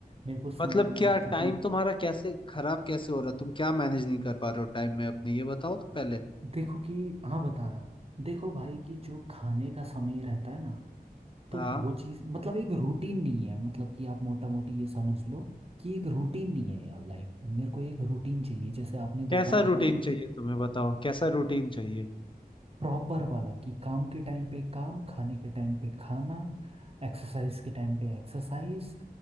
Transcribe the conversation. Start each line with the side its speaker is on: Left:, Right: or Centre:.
Right: मेरे को सा-
Left: मतलब क्या
Right: मतलब
Left: टाइम
Right: कि
Left: तुम्हारा कैसे खराब कैसे हो रहा तुम क्या मैनेज नहीं कर पा रहे हो टाइम में अपने ये बताओ तो पहले
Right: देखो कि हाँ बता रहा हूँ देखो भाई कि जो खाने का समय रहता है ना तो
Left: हाँ
Right: वो चीज़ मतलब एक रूटीन नहीं है मतलब कि आप मोटा मोटी ये समझ लो कि एक रूटीन नहीं है यार लाइफ में मेरे को एक रूटीन चाहिए जैसे आपने देखा
Left: कैसा
Right: होगा
Left: रूटीन
Right: ना
Left: चाहिए तुम्हें बताओ कैसा रूटीन चाहिए
Right: प्रॉपर वाला कि काम के टाइम पे काम खाने के टाइम पे खाना एक्सरसाइज के टाइम पे एक्सरसाइज